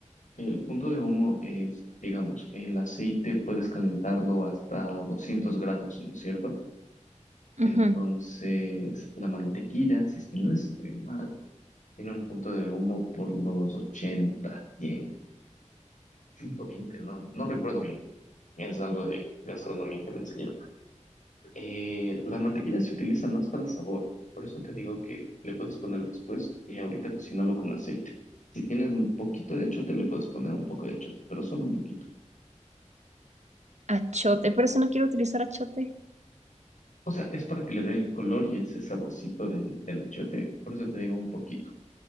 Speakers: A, on the left (about 85°); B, on the right (about 65°).
A: El punto de humo es, digamos, el aceite puedes calentarlo hasta 200 grados, ¿no es cierto? Entonces,
B: Ujú.
A: la mantequilla, si es que no estoy mal, tiene un punto de humo por los 80, 100, 120, no, no recuerdo bien. Es algo de gastronomía que me enseñaron. Eh, la mantequilla se utiliza más para sabor, por eso te digo que le puedes poner después y ahorita cocínalo con aceite. Si tienes un poquito de achiote, le puedes poner un poco de achiote, pero solo un poquito.
B: Achote, pero eso no quiero utilizar achote.
A: O sea, es para que le dé el color y ese saborcito del, del achiote. Por eso te digo un poquito.